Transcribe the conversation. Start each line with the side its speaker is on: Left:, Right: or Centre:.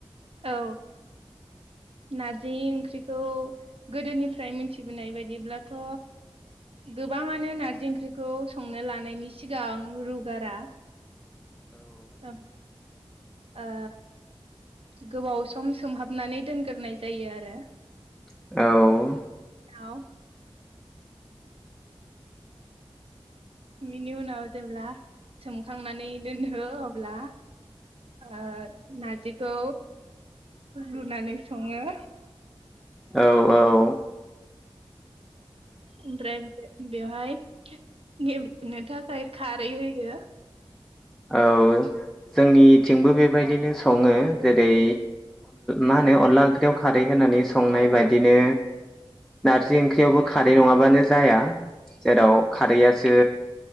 Right: औ नारजि जि ओंख्रिखौ गोदोनिफ्राय मिथिबोनाय बायदिब्लाथ' गोबाङानो नारजि ओंख्रिखौ संनो लानायनि सिगां रुगारा औ ओ गोबाव सम सोमहाबनानै दोनग्रोनाय जायो आरो
Centre: औ
Right: औ बिनि उनाव जेब्ला सोमखांनानै दोनो अब्ला‌ ओ नारजिखौ रुनानै सङो
Centre: औ औ
Right: ओमफ्राय बेवहाय गेबलेनो थाखाय फ्राय खारै होयो
Centre: औ जोंनिथिंबो बेबायदिनो सङो जेरै मा होनो अनला ओंख्रियाव खारै होनानै संनाय बायदिनो नारजि ओंख्रियावबो खारै नङाबानो जाया जेराव खारैआसो